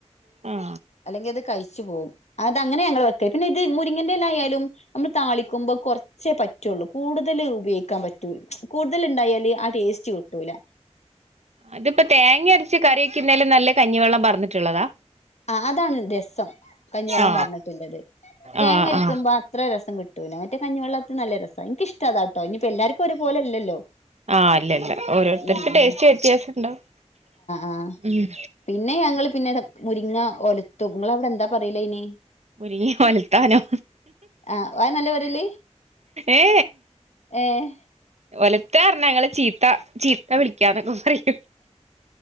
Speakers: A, on the right; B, on the left.
A: ആ
B: അല്ലെങ്കി അത് കഴിച്ചു പോകും അത് അങ്ങനെ ഞങ്ങൾ വെക്കല് പിന്നെ ഇത് മുരിങ്ങിന്റെല ആയാലും നമ്മൾ താളിക്കുമ്പോം കുറച്ചേ പറ്റുള്ളൂ കൂടുതൽ ഉപയോഗിക്കാൻ പറ്റുല കൂടുതൽ ഉണ്ടായാല് ആടേസ്റ്റ് കിട്ടൂല
A: അത്പ്പംതേങ്ങ അരച്ച കറി ക്ക്ന്നേലും നല്ല കഞ്ഞിവെള്ളം പാർന്നിട്ടുള്ളതാ
B: ആ അതാണ് രസം കഞ്ഞിവെള്ളം
A: ആ
B: പാർന്നിട്ടുള്ളത് തേങ്ങരിക്കുമ്പോ
A: ആ ആ
B: അത്ര രസം കിട്ടു തൂനമറ്റ കഞ്ഞിവെള്ളത്ത് നല്ല രസാ എനിക്കിഷ്ടാതാട്ടോ ഇനിപ്പോ എല്ലാർക്കും ഒരുപോലെല്ലല്ലോ
A: ആ അല്ല അല്ല ഓരോരുത്തർക്ക്
B: ഉം
A: ടേസ്റ്റ്
B: ഉംആ
A: വ്യത്യാസം ഉണ്ടാവും
B: ആ
A: ഉം
B: പിന്നെ ഞങ്ങൾ പിന്നെ മുരിങ്ങ ഒലത്തും നിങ്ങൾ അവിടെ എന്താ പറയിലയ്നി
A: മുരിങ്ങ ഉലത്താനോ
B: ആഹ് അത് നല്ല പറയല്
A: ഏ
B: ഏഹ്
A: ഉലത്താപറഞ്ഞ ഞങ്ങൾ ചീത്ത ചീത്ത വിളിക്കാന്നൊക്കെ പറിം